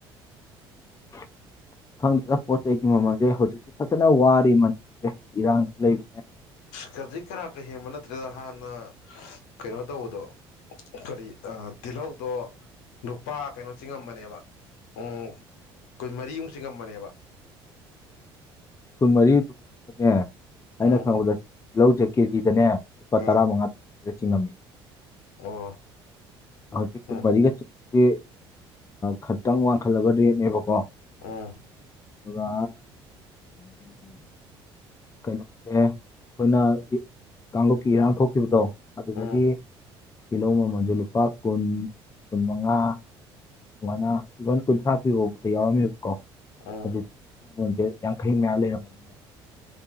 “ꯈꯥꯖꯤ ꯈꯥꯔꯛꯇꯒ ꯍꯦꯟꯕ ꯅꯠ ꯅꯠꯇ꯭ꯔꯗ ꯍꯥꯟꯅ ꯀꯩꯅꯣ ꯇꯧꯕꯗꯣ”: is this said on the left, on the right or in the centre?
Left